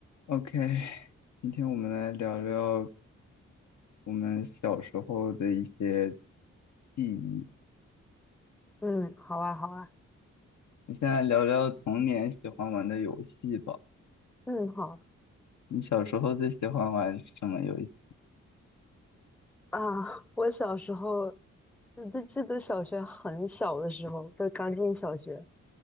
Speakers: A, on the left; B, in the centre.
A: OK，今天我们来聊聊我们小时候的一些记忆。
B: 嗯，好啊，好啊，
A: 你现在聊聊童年喜欢玩的游戏吧。
B: 嗯，好
A: 你小时候最喜欢玩什么游戏？
B: 啊。我小时候就就记得小学很小的时候，就刚进小学，